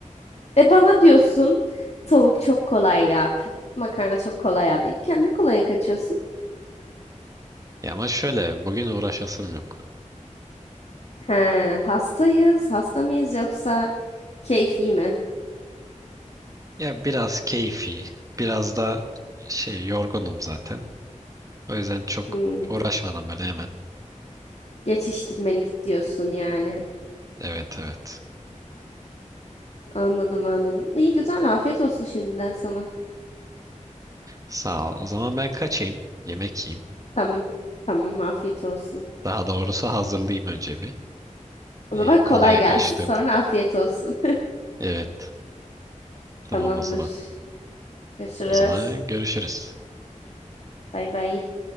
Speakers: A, on the left (about 55°); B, on the right (about 25°).
A: e bana diyorsun tavuk çok kolay ya. p- Makarna çok kolay ya deyip kendin kolaya kaçıyorsun.
B: Ya ama şöyle bugün uğraşasım yok.
A: He, hastayız, hasta mıyız yoksa keyfi mi?
B: Ya biraz keyfi, biraz da şey yorgunum zaten. O yüzden çok
A: Hmm,
B: uğraşmadan böyle hemen.
A: geçiştirmelik diyorsun yani.
B: Evet evet.
A: Anladım anladım. İyi güzel afiyet olsun şimdiden sana.
B: Sağ ol. O zaman ben kaçayım. Yemek yiyeyim.
A: Tamam. Tamam afiyet olsun.
B: Daha doğrusu hazırlayayım önce bir.
A: O
B: Ee,
A: zaman
B: kolaya
A: kolay gelsin
B: kaçtım.
A: sonra afiyet olsun.
B: Evet. Tamam
A: <laughs> Tamamdır.
B: o zaman.
A: Görüşürüz.
B: O zaman görüşürüz.
A: Bay bay.